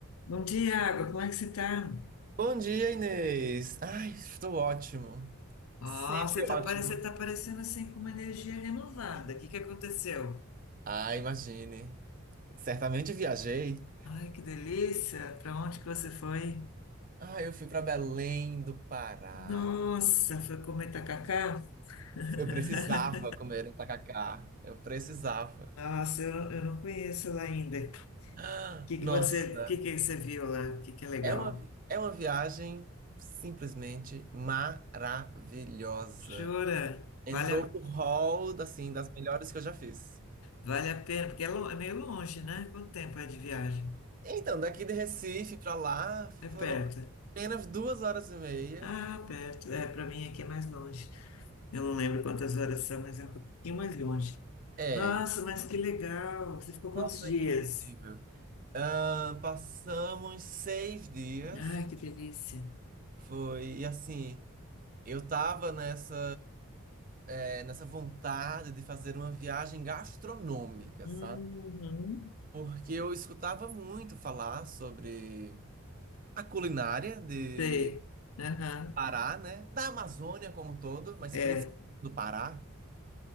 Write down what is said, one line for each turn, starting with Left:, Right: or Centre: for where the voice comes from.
Left: Bom dia, Água. Como é que você tá?
Right: Bom dia, Inês. Ai, estou ótimo.
Left: Ó,
Right: Sempre
Left: você tá
Right: ótimo.
Left: parecendo, você tá parecendo assim com uma energia renovada. O que que aconteceu?
Right: Ah, imagine. Certamente viajei.
Left: Ai, que delícia! Pra onde que você foi?
Right: Ah, eu fui para Belém do Pará.
Left: Nossa, foi comer tacacá? <laughs>
Right: Eu precisava comer um tacacá. Eu precisava.
Left: Nossa, eu, eu não conheço lá ainda. O
Right: Ah,
Left: que que
Right: Nossa,
Left: você, o que que você viu lá? O que que é legal?
Right: é uma, é uma viagem simplesmente maravilhosa.
Left: Jura?
Right: Entrou
Left: Vale, a-
Right: pro hall, assim, das melhores que eu já fiz.
Left: vale a pena, porque é, lo- é meio longe, né? Quanto tempo é de viagem?
Right: Então, daqui de Recife para lá foram
Left: É perto.
Right: apenas duas horas e meia.
Left: Ah, perto. É, pra mim aqui é mais longe. Eu não lembro quantas horas são, mas é um pouquinho mais longe.
Right: É,
Left: Nossa, mas que legal! Você ficou quantos
Right: Nossa,
Left: dias?
Right: incrível. Ah, passamos seis dias.
Left: Ai, que delícia!
Right: Foi, e assim, eu tava nessa, eh, nessa vontade de fazer uma viagem gastronômica,
Left: Uhum.
Right: sabe? Porque eu escutava muito falar sobre a culinária de
Left: Sei. Aham.
Right: Pará, né? Da Amazônia como um todo, mas
Left: É.
Right: principalmente do Pará.